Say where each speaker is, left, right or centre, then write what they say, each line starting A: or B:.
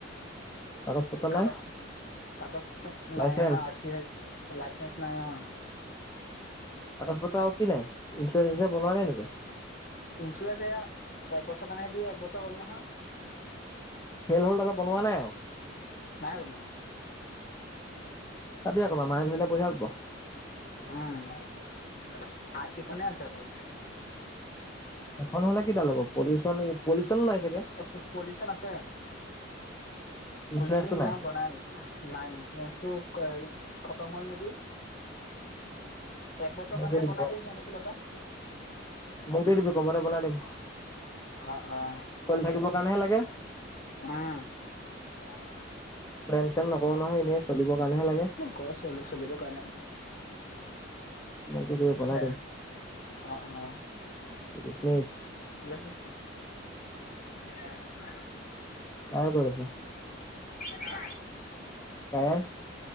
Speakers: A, on the left; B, on the left.
A: কাগজ পত্ৰ
B: কাগজ
A: নাই
B: পত্ৰ কাগজ পত্ৰ
A: লাইচেন্স
B: নাই নহয় আৰ ছি লাইচেন্স নাই অহ'।
A: কাগজ আৰু কি নাই? ইঞ্চুৰেঞ্চ যে বনোৱা নাই নেকি?
B: ইঞ্চুৰেঞ্চ এয়া একবছৰৰ কাৰণেহে দিয়ে। একবছৰ হ'ল নহয়।
A: সেইবোৰৰ লগত বনোৱা নাই আৰু?
B: নাই বনোৱা।
A: চাবি আকৌ মামায়ে ধৰিলে পইছা <unintelligible>
B: উম' আৰ ছি খনে আছে অকল।
A: এখন হ'লে কিডাল হ'ব। পলিউশন পলিউচনো নাই চাগে?
B: <unintelligible> পলিউশন আছে। পলিউচন
A: ইঞ্চুৰেঞ্চো
B: সিনাখন
A: নাই
B: বনাই আনিছোঁ। নাই ইন্ঞ্চুৰেন্ঞ্চতো খতম হল নেকি? একবছৰ
A: মোক
B: কাৰনেহে
A: দি দিবি
B: বনাই দিয়ে সিহঁতৰ ফালৰ পৰা।
A: মোক দি দিবি <unintelligible> কমতে বনাই দিম
B: অহ' অহ'।
A: চলি থাকিব কাৰণেহে লাগে।
B: উম'। <inaudible>
A: ক্লেম চেম নকৰো নহয়, এনে চলিবৰ কাৰণেহে লাগে।
B: ক চলি চলিবৰ কাৰণে।
A: মোক দিদিবি বনাই
B: সেয়া
A: দিম।
B: অ
A: বিজনিচ।
B: <unintelligible> সেয়া <unintelligible>
A: তাই ক'ত আছে?
B: হা?
A: কায়াৰ